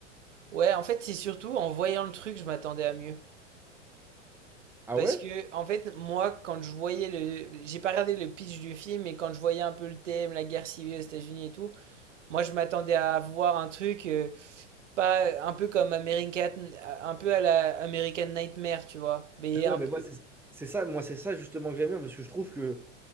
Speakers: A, on the right; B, in the centre.
A: ouais, en fait, c'est surtout en voyant le truc, je m'attendais à mieux.
B: Ah
A: Parce
B: ouais?
A: que, en fait, moi, quand je voyais le. J'ai pas regardé le pitch du film, mais quand je voyais un peu le thème, la guerre civile aux États-Unis et tout, moi, je m'attendais à voir un truc. euh, pas un peu comme American. Un peu à la American Nightmare, tu vois. Mais
B: Ah Ouais,
A: un
B: mais
A: peu.
B: moi, c'est c'est ça, moi, c'est ça justement que j'aime bien parce que je trouve que